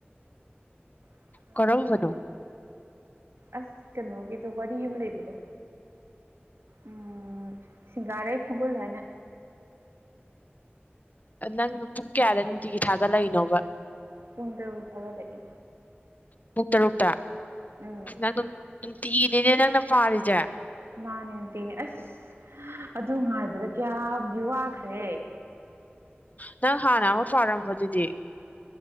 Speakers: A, on the right (about 85°); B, on the left (about 40°).
A: ꯀꯔ
B: ꯀꯔꯝꯕꯅꯣ
A: ꯑꯁ ꯀꯩꯅꯣꯒꯤꯗꯣ ꯋꯥꯔꯤ ꯑꯃ ꯂꯩꯕꯗꯣ ꯎꯝ ꯁꯤꯡꯒꯥꯔꯩ ꯀꯣꯡꯒꯜ ꯍꯥꯏꯅ
B: ꯑꯣ ꯅꯪ ꯄꯨꯡ ꯀꯌꯥꯗ ꯅꯨꯡꯇꯤꯒꯤ ꯊꯥꯒꯠꯂꯛꯏꯅꯣꯕ
A: ꯄꯨꯨꯡꯗꯔ ꯊꯒ ꯂꯩ
B: ꯄꯨꯡ ꯇꯔꯨꯛꯇ
A: ꯎꯝ
B: ꯅꯪ ꯅꯨꯡ ꯅꯨꯡꯇꯤꯒꯤꯅꯤꯅꯦ ꯅꯪꯅ ꯄꯥꯔꯤꯁꯦ
A: ꯅꯥꯟꯇꯅꯦ ꯑꯁ ꯑꯗꯨ ꯉꯥꯏꯕꯗ ꯀꯌꯥꯝꯗꯤ ꯋꯥꯈ꯭ꯔꯦ
B: ꯅꯪ ꯍꯥꯟꯅ ꯑꯃ ꯄꯥꯔꯝꯕꯗꯨꯗꯤ